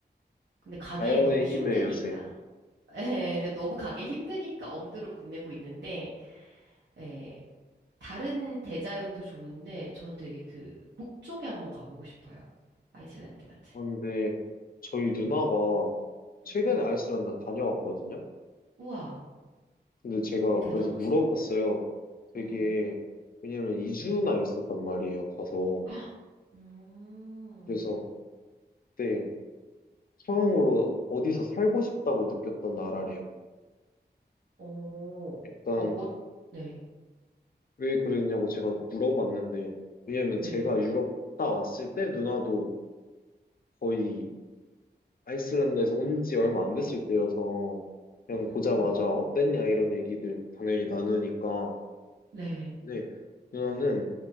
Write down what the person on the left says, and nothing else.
자연의
힘의 요새.
근데 저희 누나가
최근에
아이슬란드 다녀왔거든요.
근데
제가
그래서 물어봤어요. 되게
왜냐면 2주나 있었단 말이에요. 가서
그래서 그때 처음으로 어디서 살고 싶다고 느꼈던 나라래요.
약간
왜 그러냐고 제가 물어봤는데 왜냐면
제가 유럽 갔다 왔을 때 누나도 거의 아이슬란드에서 온 지 얼마 안 됐을 때여서 그냥
보자마자 어땠냐 이런 얘기들 당연히 나누니까
근데 누나는